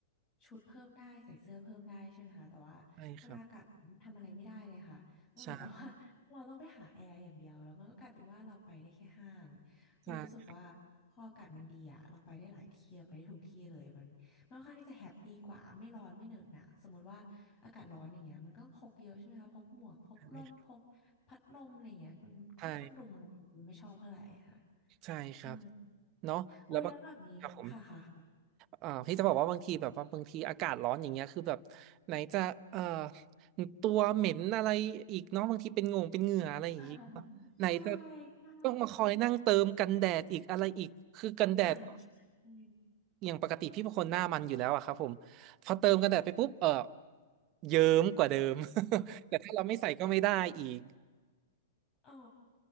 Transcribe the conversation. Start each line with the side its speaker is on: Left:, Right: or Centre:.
Left: ชุดเพิ่มได้ใส่เสื้อเพิ่มได้ใช่ไหมคะแต่ว่าเวลาอากาศร้อนทำอะไรไม่ได้เลยค่ะมันเหมือนกับว่า
Right: ใช่ครับใช่
Left: <laughs> เราต้องไปหาแอร์อย่างเดียวแล้วมันก็กลายเป็นว่าเราไปได้แค่ห้างวิวรู้สึกว่าพออากาศมันดีอะเราไปได้หลายที่เราไปได้ทุกที่เลยมัน
Right: ใช่
Left: ค่อนข้างที่จะแฮปปี้กว่าไม่ร้อนไม่เหนอะหนะสมมติว่าอากาศร้อนอย่างเงี้ยมันก็พกเยอะใช่ไหมคะพกหมวกพกร่มพกพัดลมอะไรอย่างเงี้ยมันค่อนข้างรุงรังคือไม่ชอบเท่าไหร่ค่ะ
Right: ใช่ใช่ครับ
Left: ใช่
Right: เนาะแล้วบางครับผม
Left: อุ้ยแล้วแบบนี้ค่ะค่ะค่ะ
Right: อ่าพี่จะบอกว่าบางทีแบบว่าบางทีอากาศร้อนอย่างเงี้ยคือแบบไหนจะเอ่อตัวเหม็นอะไรอีกเนาะบางทีเป็นงงเป็นเหงื่ออะไรอย่างงี้
Left: อ่า
Right: ไหนจะ
Left: ใช่ใช่
Right: ต้องมาคอยนั่งเติมกันแดดอีกอะไรอีกคือกันแดด
Left: อ่าใช่
Right: อย่างปกติพี่เป็นคนหน้ามันอยู่แล้วอะครับผมพอเติมกันแดดไปปุ๊บเออเยิ้มกว่าเดิม <laughs> แต่ถ้าเราไม่ใส่ก็ไม่ได้อีก
Left: อ๋อ